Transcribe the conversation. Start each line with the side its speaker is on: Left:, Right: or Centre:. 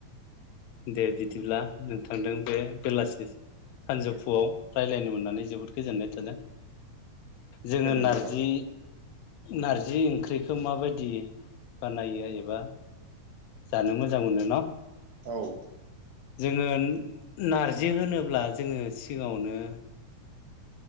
Left: दे बिदिब्ला नोंथांदों बे बेलासि सानजौफुआव रायज्लायनो मोननानै जोबोद गोजोननाय थादों जोङो
Right: गोजोननाय
Left: नारजि
Right: थाबाय
Left: नारजि ओंख्रिखौ माबायदि बानायो एबा जानो मोजां मोनो न'?
Right: औ
Left: जोङो नारजि होनोब्ला जोङो सिगावनो